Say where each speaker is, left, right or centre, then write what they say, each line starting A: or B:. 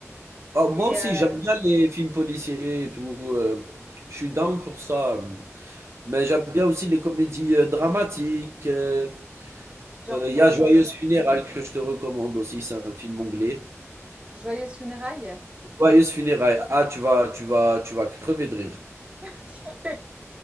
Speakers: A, on the right (about 60°); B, on the right (about 20°).
A: Ah, moi
B: Et
A: aussi,
B: euh,
A: j'aime bien les films policiers et tout. euh, je suis down pour ça. Mais j'aime bien aussi les comédies euh, dramatiques. euh,
B: genre
A: euh,
B: quoi,
A: Il y a Joyeuse
B: par exemple?
A: Funérailles que je te recommande aussi. C'est un film anglais.
B: Joyeuse funérailles?
A: Joyeuse Funérailles. Ah, tu vas, tu vas, tu vas crever de rire.
B: <laughs>